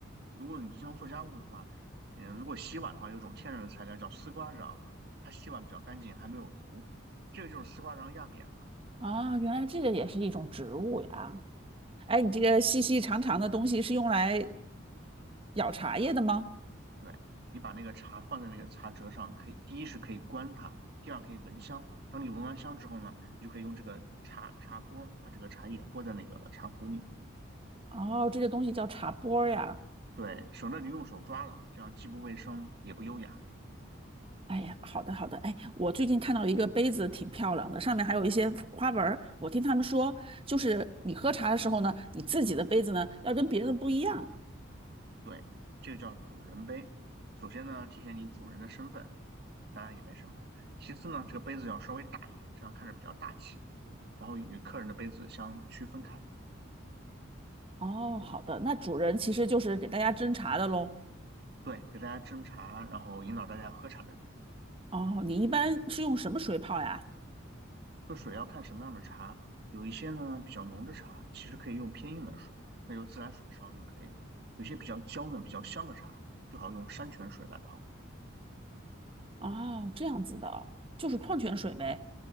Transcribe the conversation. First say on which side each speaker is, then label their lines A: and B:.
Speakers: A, on the right (about 50°); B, on the right (about 25°).
A: 如果你经常做家务的话，嗯，如果洗碗的话，有一种天然的材料叫丝瓜瓤，它洗碗比较干净，还没有毒。这个就是丝瓜瓤压扁了。
B: 啊，原来这个也是一种植物呀。
A: 对
B: 哎，你这个细细长长的东西是用来舀茶叶的吗？
A: 对，你把那个茶放在那个茶折上，可以第一是可以观它，第二可以闻香。当你闻完香之后呢，你就可以用这个茶茶拨把这个茶叶拨在那个茶壶里面，
B: 哦，这个东西叫茶钵儿呀。
A: 对，省得你用手抓了，这样既不卫生也不优雅。
B: 哎呀，好的好的，哎，我最近看到一个杯子挺漂亮的，上面还有一些花纹儿。我听他们说，就是你喝茶的时候呢，你自己的杯子呢要跟别人的不一样。
A: 对，这个叫主人杯。首先呢，体现你主人的身份，当然也没什么。其次呢，这个杯子要稍微大一点，这样看着比较大气，然后与客人的杯子相区分开。
B: 哦，好的，那主人其实就是给大家斟茶的喽。
A: 对，给大家斟茶，然后引导大家喝茶的人。
B: 哦，你一般是用什么水泡呀？
A: 这水要看什么样的茶，有一些呢比较浓的茶，其实可以用偏硬的水，那就自来水烧就可以了。有些比较娇嫩、比较香的茶，最好用山泉水来泡。
B: 哦，这样子的哦，就是矿泉水呗。